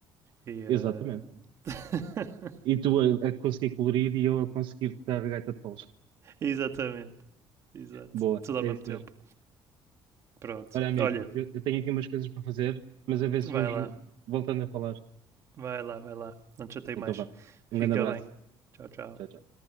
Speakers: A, on the right; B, on the right.
A: E. eh,
B: Exatamente.
A: <laughs>
B: E tu a, a conseguir colorir e eu a conseguir tocar a gaita de foles.
A: exatamente, exato.
B: Boa,
A: Tudo ao
B: é
A: mesmo
B: isso
A: tempo.
B: mesmo.
A: Pronto.
B: Olha, amigo,
A: Olha,
B: eu, eu tenho aqui umas coisas para fazer, mas a ver se
A: Vai
B: vamos
A: lá,
B: voltando a falar.
A: vai lá, vai lá. Não te chatei
B: Então
A: mais.
B: vá.
A: Fica
B: Um grande abraço.
A: bem. Tchau, tchau.
B: Tchau, tchau.